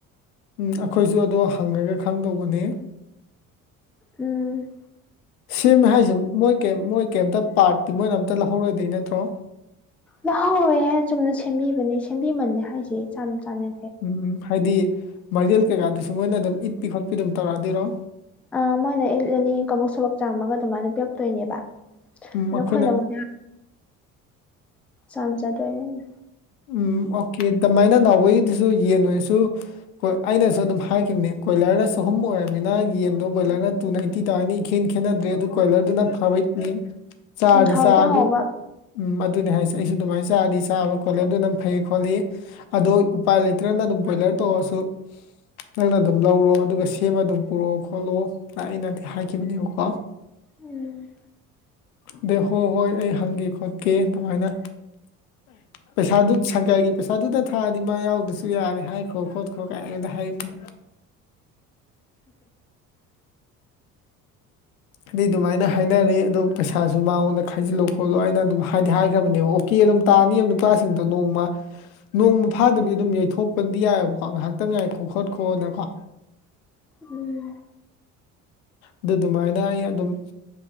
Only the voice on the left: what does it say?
ꯎꯝ ꯑꯩꯈꯣꯏꯁꯨ ꯑꯗꯣ ꯍꯪꯉꯒ ꯈꯪꯗꯧꯕꯅꯦ
ꯁꯦꯝꯃꯦ ꯍꯥꯏꯁꯦ ꯃꯣꯏ ꯀ ꯃꯣꯏ ꯀꯩꯝꯇ ꯄꯥꯔꯠꯇꯤ ꯃꯣꯏꯅ ꯑꯝꯇ ꯂꯧꯍꯧꯔꯣꯏꯗꯣꯏ ꯅꯠꯇ꯭ꯔꯣ
ꯎꯝ ꯍꯥꯏꯗꯤ ꯃꯔꯤꯦꯜ ꯀꯩꯀꯥꯗꯨꯁꯨ ꯃꯣꯏꯅ ꯑꯗꯨꯝ ꯏꯠꯄꯤ ꯈꯣꯠꯄꯤ ꯑꯗꯨꯝ ꯇꯧꯔꯛꯑꯗꯤꯣꯏꯔꯣ
ꯎꯝ
ꯑꯩꯈꯣꯏꯅ
ꯎꯝ ꯑꯣꯀꯦ ꯑꯗꯨꯃꯥꯏꯅ ꯅꯥꯎꯕꯒꯤꯗꯨꯁꯨ ꯌꯦꯟꯉꯣꯏꯁꯨ ꯍꯣꯏ ꯑꯩꯅꯁꯨ ꯑꯗꯨꯝ ꯍꯥꯏꯈꯤꯕꯅꯤ ꯀꯕꯣꯏꯂꯔꯅꯁꯨꯍꯨꯝ ꯑꯣꯏꯔꯃꯤꯅ ꯌꯦꯟꯗꯣ ꯕꯣꯏꯂꯔꯅ ꯇꯨ ꯅꯥꯏꯟꯇꯤ ꯇꯥꯔꯅꯤ ꯏꯈꯦꯟ ꯈꯦꯠꯅꯗ꯭ꯔꯦ ꯑ ꯀꯣꯏꯂꯔꯗꯨꯅ ꯐꯕꯩꯅꯦ ꯆꯥꯔꯗꯤ
ꯆꯥ ꯑꯗꯨꯅ
ꯎꯝ ꯑꯗꯨꯅꯦ ꯍꯥꯏꯁꯦ ꯑꯩꯁꯨ ꯑꯗꯨꯃꯥꯏꯅ ꯆꯥꯔꯗꯤ ꯆꯥꯕ ꯀꯣꯏꯂꯔꯗꯨꯅ ꯐꯩ ꯈꯣꯠꯂꯤ ꯑꯗꯨ ꯎꯄꯥꯥꯏ ꯂꯤꯇ꯭ꯔꯅ ꯑꯗꯨꯝ ꯕꯣꯏꯂꯔ ꯇꯧꯔꯁꯨ ꯅꯪꯅ ꯑꯗꯨꯝ ꯂꯧꯔꯣ ꯑꯗꯨꯒ ꯁꯦꯝꯃ ꯑꯗꯨꯝ ꯄꯨꯔꯛꯑꯣ ꯈꯣꯠꯂꯣ ꯑꯩꯅꯗꯤ ꯍꯥꯏꯈꯤꯕꯅꯦꯕꯀꯣ
<unintelligible> ꯑ ꯍꯣꯏ ꯍꯣꯏ ꯑꯩ ꯍꯪꯒꯦ ꯈꯣꯠꯀꯦ ꯑꯗꯨꯃꯥꯏꯅ ꯄꯩꯁꯥꯗꯨ ꯁꯪꯀꯔꯒꯤ ꯄꯩꯁꯥꯗꯨꯗ ꯊꯥꯔꯗꯤ ꯃꯥ ꯌꯥꯎꯗ꯭ꯔꯁꯨ ꯌꯥꯔꯦ ꯍꯥꯏꯈꯣ ꯈꯣꯠꯈꯣ ꯀꯥꯏꯅꯗ ꯍꯥꯏ <unintelligible> ꯑꯗꯨ ꯑꯗꯨꯃꯥꯏꯅ ꯍꯥꯏꯅꯔꯤ ꯑꯗꯣ ꯄꯩꯁꯥꯁꯨ ꯃꯉꯣꯟꯗ ꯈꯥꯏꯖꯤꯜꯂꯣ ꯈꯣꯠꯂꯣ ꯑꯩꯅ ꯑꯗꯨꯝ ꯍꯥꯏꯗꯤ ꯍꯥꯏꯈ꯭ꯔꯕꯅꯦꯕ ꯑꯣ ꯀꯦ ꯑꯗꯨꯝ ꯇꯥꯅꯤ ꯅꯨꯄꯥꯁꯤꯡꯗꯣ ꯅꯣꯡꯃ ꯅꯣꯡꯃ ꯐꯥꯗꯕꯤ ꯑꯗꯨꯝ ꯌꯩꯊꯣꯛꯄꯗꯤ ꯌꯥꯏꯑꯕꯀꯣ ꯉꯥꯏꯍꯥꯛꯇꯪ ꯉꯥꯏꯈꯣ ꯈꯣꯠꯈꯣꯅꯀꯣ
ꯑꯗꯨ ꯑꯗꯨꯃꯥꯏꯅ ꯑꯩ ꯑꯗꯨꯝ